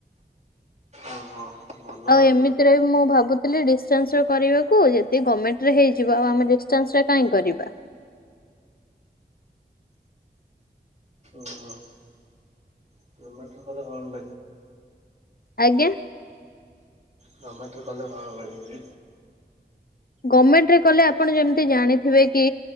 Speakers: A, on the right (about 40°); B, on the left (about 55°).
A: ଓହୋ ଭଲ
B: ଆଉ ଏମିତିରେ ମୁଁ ଭାବୁଥିଲି ଡିଷ୍ଟାନ୍ସ କରିବାକୁ ଯଦି ଗଭର୍ଣମେଣ୍ଟରେ ହେଇଯିବ ଆଉ ଆମେ ଡିସ ଡିଷ୍ଟାନ୍ସରେ କାହିଁ କରିବା?
A: ଓହୋ <unintelligible>
B: ଆଜ୍ଞା
A: ଗଭର୍ନମେଣ୍ଟରେ କଲେ ଭଲ ମିଳୁଛି
B: ଗଭର୍ଣମେଣ୍ଟ ରେ କଲେ ଆପଣ ଯେମିତି ଜାଣିଥିବେ କି